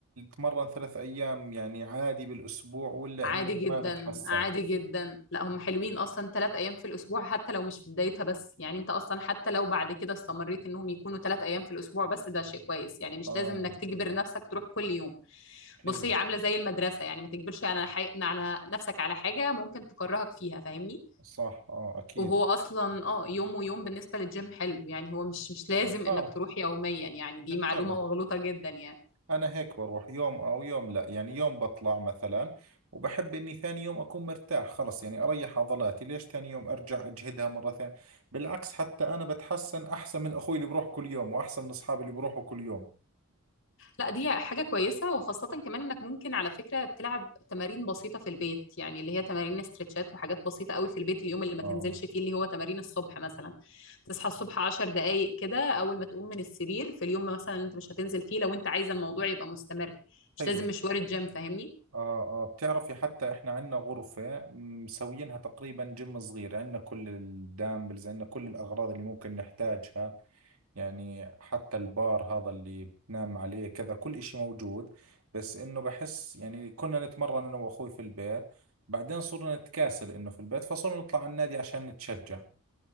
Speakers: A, on the right (about 85°); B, on the left (about 60°).
A: تمرن ثلاث أيام يعني عادي بالأسبوع ولا
B: عادي
A: إنه
B: جدا
A: ما بتحسن
B: عادي جدا لا هم حلوين اصلا ثلاث ايام في الاسبوع حتى لو مش في بدايتها بس يعني انت اصلا حتى لو بعد كده استمريت انهم يكونوا ثلاث ايام في الاسبوع بس ده شيء كويس يعني مش
A: آه
B: لازم انك تجبر نفسك تروح كل يوم
A: حلو
B: بص هي عامله زي المدرسه يعني ما تجبرش على حي... على نفسك على حاجه ممكن تكرهك فيها فاهمني
A: صح آه أكيد
B: وهو اصلا اه يوم ويوم بالنسبه للجيم حلو يعني هو مش مش لازم انك
A: آه
B: تروح يوميا يعني
A: بالضبط
B: دي معلومه مغلوطه جدا يعني
A: أنا هيك بروح يوم أو يوم لا يعني يوم بطلع مثلا وبحب إني ثاني يوم أكون مرتاح خلص يعني أريح عضلاتي ليش ثاني يوم أرجع أجهدها مرة ثانية بالعكس حتى أنا بتحسن أحسن من أخوي اللي بروح كل يوم وأحسن من أصحابي اللي بروحوا كل يوم
B: لا دي حاجه كويسه وخاصه كمان انك ممكن على فكره تلعب تمارين بسيطه في البيت يعني اللي هي تمارين استرتشات وحاجات بسيطه قوي في البيت اليوم اللي ما
A: اه
B: تنزلش فيه اللي هو تمارين الصبح مثلا تصحى الصبح 10 دقائق كده اول ما تقوم من السرير في اليوم مثلا انت مش هتنزل فيه لو انت عايزه الموضوع يبقى مستمر مش
A: حلو
B: لازم مشوار الجيم فاهمني
A: آه آه بتعرفي حتى إحنا عندنا غرفة مسوينها تقريبا جيم صغير عندنا كل الدامبلز عندنا كل الأغراض اللي ممكن نحتاجها يعني حتى البار هذا اللي بتنام عليه كذا كل إشي موجود بس إنه بحس يعني كنا نتمرن أنا وأخوي في البيت بعدين صرنا نتكاسل إنه في البيت فصرنا نطلع على النادي عشان نتشجع